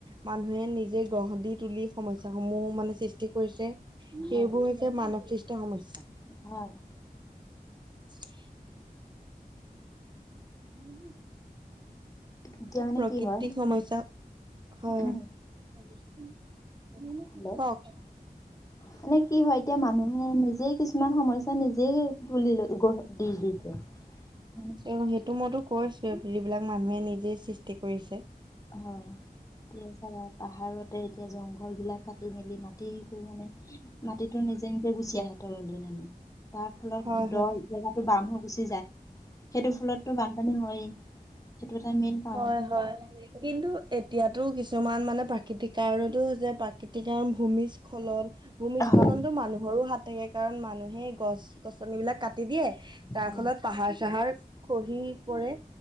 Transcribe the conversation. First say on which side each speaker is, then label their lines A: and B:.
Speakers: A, on the right; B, on the left.
A: মানুহে নিজে গঢ় দি তুলি সমস্যা স সমূহ মানে সৃষ্টি কৰিছে। সেইবোৰ
B: হয়,
A: হৈছে মানৱ সৃষ্ট সমস্যা
B: হয়
A: হয় <inaudible>
B: এতিয়া মানে
A: প্ৰকৃতিক
B: কি হয়
A: সমস্যা হ
B: উম,
A: <unintelligible>
B: হেল্ল'
A: ক
B: মানে কি হয় এতিয়া মানুহে নিজেই কিছুমান সমস্যা নিজেই তুলি ল গঢ় দি দি ক <unintelligible>
A: এ সেইটো মইতো কৈছোৱে যিবিলাক মানুহে নিজেই সৃষ্টি কৰিছে।
B: হয় এ চা পাহাৰতে এতিয়া জংঘল বিলাক <unintelligible> কাটি মেলি মাটি মানে মাটিতো নিজে নিজে গুচি আহে তলত দমি <unintelligible> তাৰ ফলত
A: হয়
B: দ
A: হয়
B: জেগাতটো বাম হ গুচি যায় সেইটো ফলতটো বানপানী হয়েই সেইটো এটা মেইন কাৰণ
A: হয় হয় কিন্তু এতিয়াতো কিছুমান মানে প্ৰাকৃতিক কাৰনতো হৈছে প্ৰাকৃতিক কাৰণ ভূমিস্খলন ভূমিস্খলনটো
B: হয়।
A: মানুহৰো হাত থাকে কাৰণ মানুহে গছ গছনিবিলাক কাট। কাটি দিয়ে তাৰ
B: উম,
A: ফলত পাহাৰ চাহাৰ খহি পৰে